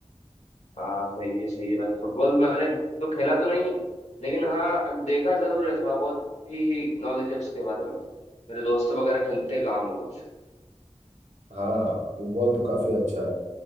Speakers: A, on the left; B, on the right.
A: हाँ, सही है सही है भाई फुटबॉल मैंने तो खेला तो नहीं लेकिन हाँ देखा जरूर है थोड़ा बहुत ही ही नॉलेज है उसके बारे में मेरे दोस्त वगैरह खेलते हैं गाँव में कुछ
B: हाँ फुटबॉल तो काफी अच्छा है